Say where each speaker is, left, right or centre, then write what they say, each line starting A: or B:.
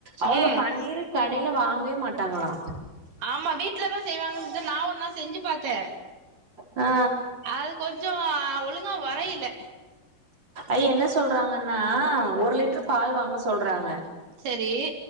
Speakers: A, on the right; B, on the right.
A: அவங்க
B: ம்
A: பன்னீர் கடையில வாங்கவே மாட்டாங்ளா
B: ஆமா வீட்லதா செய்வாங்க சிஸ்டர் நா ஒரு நாள் செஞ்சு பாத்த
A: ஆ
B: அது கொஞ்சோ ஆ ஒழுங்கா வரையில்ல
A: ஐ என்ன சொல்றாங்கன்னா ஒரு லிட்ரு பால் வாங்க சொல்றாங்க
B: செரி